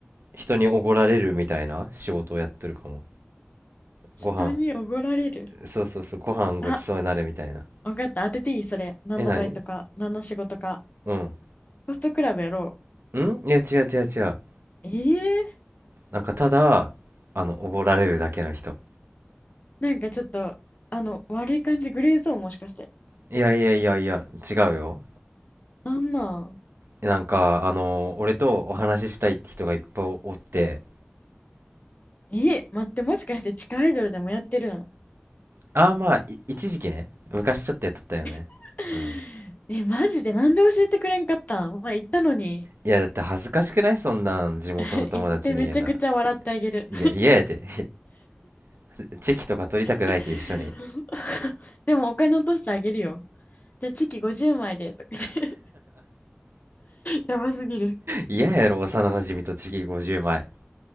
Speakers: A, on the right; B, on the left.
A: 人におごられるみたいな仕事をやってるかも。
B: 人におごられる。
A: ご飯、そうそうそう、ご飯ごちそうになるみたいな。
B: あ分かった。当てていいそれ。何のバイトか、
A: え、何
B: 何の仕事か。
A: うん。
B: ホストクラブやろ
A: んいや、違う違う違う。
B: う。ええ
A: なんか、ただ、あの、おごられるだけの人。
B: なんかちょっと、あの、悪い感じ、グレーゾーンもしかして。
A: いやいやいやいや、違うよ。
B: なんなん
A: なんか、あの、俺とお話ししたいって人がいっぱいおって、
B: え、待って、もしかして地下アイドルでもやってるん
A: ああ、まあ、い一時期ね、昔ちょっとやっとったよね。
B: <laughs>
A: うん。
B: え、マジでなんで教えてくれんかったんまあ、言ったのに。
A: いや、だって恥ずかしくないそんなん、地元の友達に言うの。
B: <laughs> 行ってめちゃくちゃ笑ってあげる。
A: いや、嫌やて。<laughs> チェキとか取りたくないって一緒に。
B: <laughs> でもお金落としてあげるよ。じゃあチキ50枚でとか言って <laughs> やばすぎる。
A: 嫌やろ、幼馴染とチキ50枚。